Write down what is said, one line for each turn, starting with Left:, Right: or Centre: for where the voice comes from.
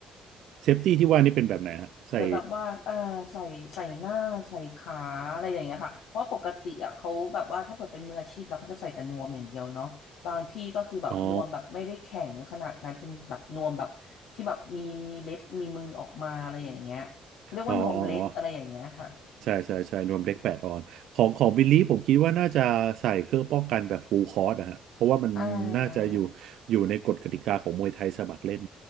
Right: เซฟตี้ที่ว่านี่เป็นแบบไหนฮะใส่
Left: เหมือนแบบว่าเออใส่ใส่หน้าใส่ขาอะไรอย่างเงี้ยค่ะเพราะปกติอะเขาแบบว่าถ้าเกิดเป็นมืออาชีพแล้วเขาจะใส่แต่นวมอย่างเดียวเนาะบางที่ก็คือแบบนวมแบบไม่ได้แข็งขนาดนั้นเป็นแบบนวมแบบที่แบบมีมีเล็บมีมือออกมาอะไรอย่างเงี้ยเขาเรียกว่านวมเล็กอะไรอย่างเงี้ยค่ะ
Right: อ๋ออ๋ออ๋ออ๋อ ใช่ใช่ใช่นวมเล็กแปดออนของของบิลลี่ผมคิดว่าน่าจะใส่เครื่องป้องกันแบบฟูลคอร์สนะฮะเพราะว่ามันน่าจะอยู่
Left: อ่า
Right: อยู่ในกฎกติกาของมวยไทยสมัครเล่น